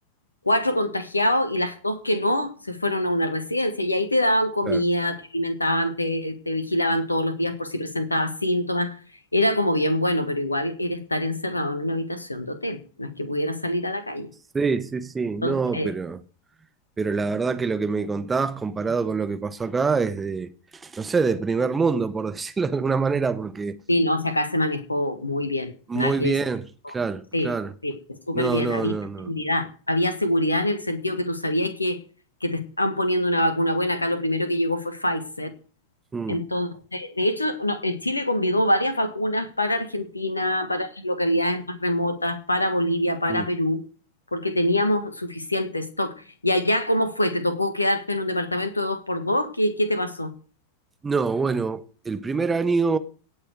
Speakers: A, on the left; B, on the right.
A: cuatro contagiados y las dos que no se fueron a una residencia y ahí te daban comida,
B: claro.
A: te alimentaban, te, te vigilaban todos los días por si presentabas síntomas. Era como bien bueno, pero igual era estar encerrado en una habitación de hotel, no es que pudiera salir a la calle.
B: Sí, sí, sí, no,
A: Entonces,
B: pero, pero la verdad que lo que me contabas comparado con lo que pasó acá es de, no sé, de primer mundo, por <laughs> decirlo de alguna manera, porque
A: Sí, no, o sea, acá se manejó muy bien.
B: muy
A: Nada que
B: bien,
A: es-
B: claro,
A: sí,
B: claro.
A: sí, súper
B: No,
A: bien.
B: no,
A: Había
B: no, no.
A: seguridad. Había seguridad en el sentido que tú sabías que, que te están poniendo una vacuna buena. Acá lo primero que llegó fue Pfizer.
B: Mm,
A: Entonces, de hecho, no, eh, Chile convidó varias vacunas para Argentina, para las localidades más remotas, para Bolivia, para
B: mm.
A: Perú, porque teníamos suficiente stock. ¿Y allá cómo fue? ¿Te tocó quedarte en un departamento de dos por dos? ¿Qué, qué te pasó?
B: No, bueno, el primer año